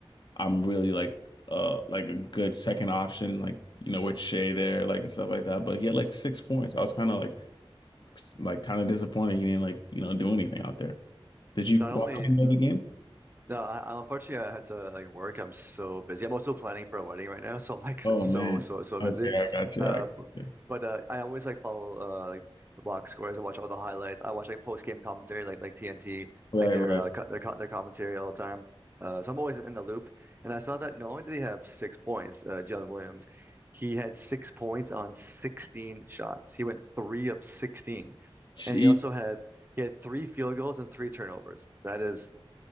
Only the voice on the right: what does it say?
Not
only
No, I, I- unfortunately I had to like work. I'm so busy. I'm also planning for a wedding right now, <laughs> so I'm like
s- so
so so busy.
Uh,
b-
but uh, I always like follow uh like the box scores. I watch all the highlights. I watch like post game commentary, like like TNT,
like their
uh, co their co their commentary all the time. Uh, so I'm always in the loop. And I saw that not only did he have six points, uh, John Williams, he had six points on 16 shots. He went three of 16,
and he also had. He had three field goals and three turnovers. That is